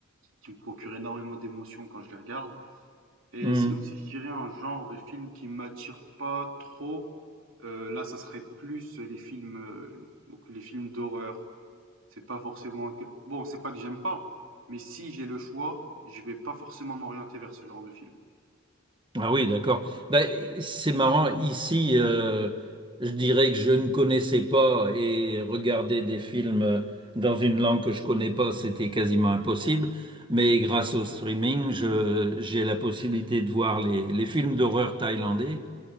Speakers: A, on the right; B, on the right.
A: qui me procurent énormément d'émotions quand je les regarde. Et
B: Mmh.
A: sinon, si je dirais un genre de film qui m'attire pas trop, euh, là, ça serait plus les films, euh, donc les films d'horreur. C'est pas forcément que bon, c'est pas que j'aime pas, mais si j'ai le choix, je vais pas forcément m'orienter vers ce genre de film.
B: Ah oui, d'accord. Bah, c'est marrant. Ici, euh, je dirais que je ne connaissais pas et regarder des films euh, dans une langue que je connais pas, c'était quasiment impossible. Mais grâce au streaming, je, j'ai la possibilité de voir les, les films d'horreur thaïlandais